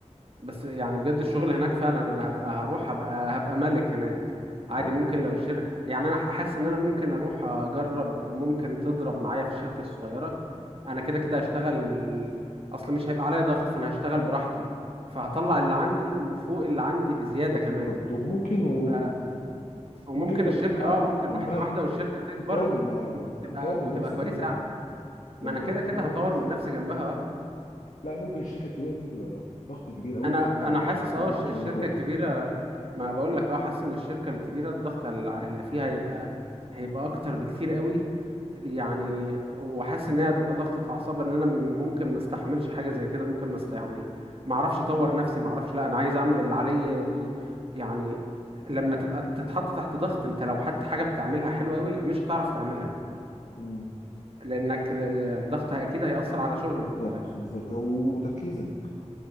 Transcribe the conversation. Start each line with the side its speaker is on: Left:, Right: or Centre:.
Right: بس يعني بجد الشغل هناك فعلا انا هبقى هروح هبقى هبقى ملك هناك عادي
Left: آه،
Right: ممكن لو الشر يعني انا حاسس ان انا ممكن اروح اجرب ممكن تضرب معايا في الشركة الصغيرة انا كده كده هشتغل اصل مش هيبقى عليا ضغط فانا هشتغل براحتي فهطلع اللي عندي وفوق اللي عندي بزيادة كمان
Left: بالظبط وممكن و...
Right: ف... وممكن
Left: ممكن جنبها
Right: الشركة اه ممكن
Left: جنبها
Right: واحدة واحدة والشركة تكبر
Left: تطور من
Right: وتبقى
Left: تطور من
Right: وتبقى
Left: نفسك
Right: كويسة
Left: جنبها
Right: يعني
Left: جنبها
Right: ما انا كده
Left: ممكن
Right: كده
Left: تطور
Right: هطور
Left: نفسك
Right: من نفسي جنبها اه
Left: لا ممكن الشركه الكبيره دي بيبقى ضغط كبير قوي
Right: انا
Left: فانت ممكن
Right: انا حاسس
Left: ما
Right: اه الش-
Left: تكونش
Right: الشركه
Left: عندك وقت
Right: الكبيره ما بقول لك اه حاسس ان الشركه الكبيره الضغط الل- اللي فيها هيبقى هيبقى اكتر بكتير قوي يعني
Left: مم.
Right: وحاسس ان هي هتبقى ضغطه اعصاب ان انا م- ممكن ما استحملش حاجه زي كده ممكن ما است... يعني ما اعرفش اطور نفسي ما اعرفش لا انا عايز اعمل اللي عليا ب... يعني لما تبقى تتحط تحت ضغط انت لو حتى حاجه بتعملها حلوه قوي مش هتعرف تعملها
Left: مم.
Right: لانك ال- الضغط اكيد هيأثر على شغلك
Left: بالظبط
Right: ف
Left: بالظبط و- وتركيزك